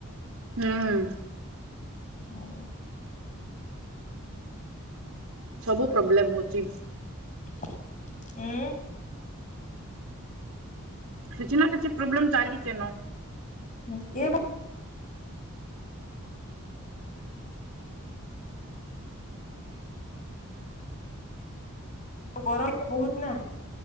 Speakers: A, on the right (about 70°); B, on the left (about 35°).
A: ହୁଁଉଁ!
B: ଉଁ!
A: ସବୁ ପ୍ରୋବ୍ଲେମ ହଉଚି!
B: ଉଁ!
A: କିଚି ନା କିଛି ପ୍ରୋବ୍ଲେମ ଚାଲିଚି, ଏନ
B: ଉଁ ଏବୋ ଗରମ ତ ବହୁତନା,